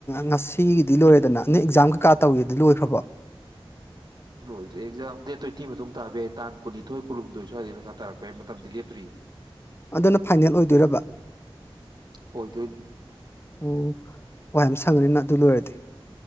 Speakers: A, on the left (about 25°); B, on the right (about 50°).
A: ꯉꯁꯤꯒꯤꯗꯤ ꯂꯣꯏꯔꯦꯗꯅ ꯅꯪ ꯑꯦꯛꯖꯥꯝ ꯀꯩꯀꯥ ꯇꯧꯔꯤꯗꯣ ꯂꯣꯏꯈ꯭ꯔꯕꯣ
B: ꯂꯣꯏꯗꯔꯤ ꯑꯦꯛꯖꯥꯝ ꯗꯦꯠ ꯇ꯭ꯋꯦꯟꯇꯤ ꯃꯇꯨꯡ ꯇꯥꯕ ꯌꯥꯏ ꯇꯥꯡ ꯀꯨꯟꯅꯤꯊꯣꯏ ꯀꯨꯟꯍꯨꯝꯗꯣꯏ ꯁ꯭ꯋꯥꯏꯗꯒꯤ ꯄꯩꯁꯥ ꯇꯥꯔꯛꯄ ꯌꯥꯏ ꯃꯇꯝꯗꯤ ꯂꯦꯞꯇꯔꯤ
A: ꯑꯗꯨꯅ ꯐꯥꯏꯅꯦꯜ ꯑꯣꯏꯗꯣꯏꯔꯕ
B: ꯑꯣꯏꯗꯣꯏꯅꯤ
A: ꯑꯣ ꯋꯥꯏ ꯁꯪꯉꯅꯤꯅ ꯑꯗꯨ ꯂꯣꯏꯔꯗꯤ